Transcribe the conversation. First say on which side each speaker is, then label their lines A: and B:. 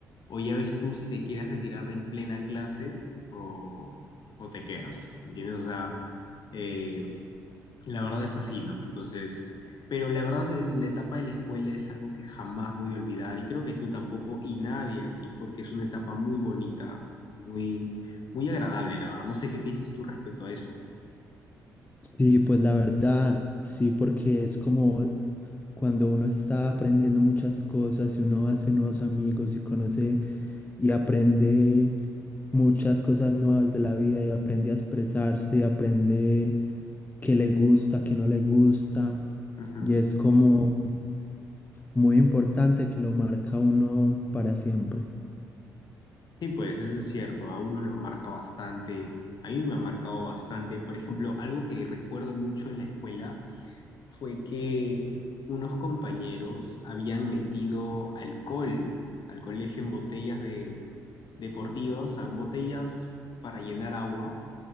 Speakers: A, on the left (about 55°); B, on the left (about 20°).
A: o ya ves tú si te quieres retirar en plena clase o, o te quedas, ¿entiendes? O sea, eh, la verdad es así, ¿no? Entonces, pero la verdad es la etapa de la escuela es algo que jamás voy a olvidar y creo que tú tampoco y nadie en sí, porque es una etapa muy bonita, muy, muy agradable, la verdad. No sé qué piensas tú respecto a eso.
B: Sí, pues la verdad, sí, porque es como cuando uno está aprendiendo muchas cosas y uno hace nuevos amigos y conoce y aprende muchas cosas nuevas de la vida y aprende a expresarse, aprende qué le gusta, qué no le gusta.
A: Ujú.
B: Y es como, muy importante que lo marca uno para siempre.
A: Sí, pues eso es cierto, a uno lo marca bastante, a mí me ha marcado bastante. Por ejemplo, algo que recuerdo mucho en la escuela fue que unos compañeros habían metido alcohol al colegio en botellas de deportivas, o sea, botellas para llenar agua